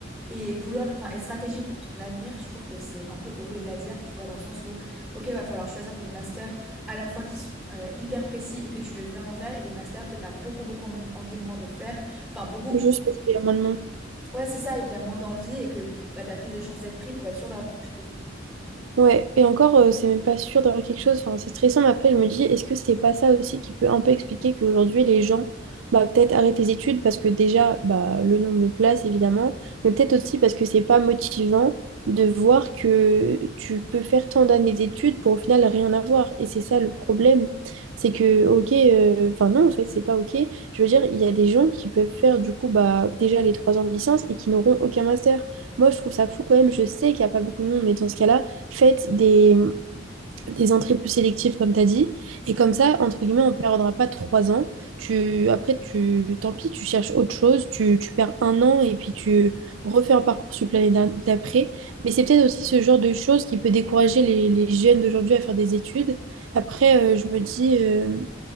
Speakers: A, in the centre; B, on the right.
A: Et vouloir, enfin, être stratégique pour ton avenir, je trouve que c'est un peu horrible à dire, tu vois, dans le sens où, ok, va falloir choisir des masters à la fois qui sont euh, hyper précis et que tu veux vraiment faire, et des masters que tu as beaucoup, beaucoup envie, envie moins de faire, enfin, beaucoup,
B: Je pense qu'il y a moins de monde.
A: ouais, c'est ça, et qu'il y a moins d'envie et que bah, tu as plus de chances d'être pris pour être sûr d'avoir quelque chose.
B: Ouais, et encore, euh, c'est même pas sûr d'avoir quelque chose. Enfin, c'est stressant, mais après, je me dis, est-ce que c'est pas ça aussi qui peut un peu expliquer qu'aujourd'hui, les gens, bah, peut-être arrêtent les études parce que déjà, bah, le nombre de places, évidemment, mais peut-être aussi parce que c'est pas motivant de voir que tu peux faire tant d'années d'études pour au final rien avoir. Et c'est ça le problème. C'est que, ok, euh, enfin, non, en fait, c'est pas ok. Je veux dire, il y a des gens qui peuvent faire, du coup, bah, déjà les trois ans de licence et qui n'auront aucun master. Moi, je trouve ça fou quand même. Je sais qu'il n'y a pas beaucoup de monde, mais dans ce cas-là, faites des, des entrées plus sélectives, comme tu as dit. Et comme ça, entre guillemets, on ne perdra pas trois ans. Tu, après, tu, tant pis, tu cherches autre chose, tu, tu perds un an et puis tu refais un parcours sur l'année d'a- d'après. Mais c'est peut-être aussi ce genre de choses qui peut décourager les, les jeunes d'aujourd'hui à faire des études. Après, euh, je me dis, euh,